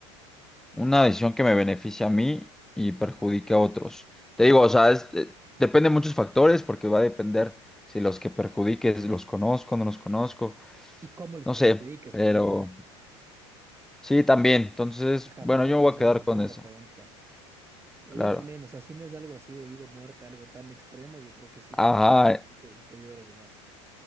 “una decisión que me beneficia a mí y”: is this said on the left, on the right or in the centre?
Centre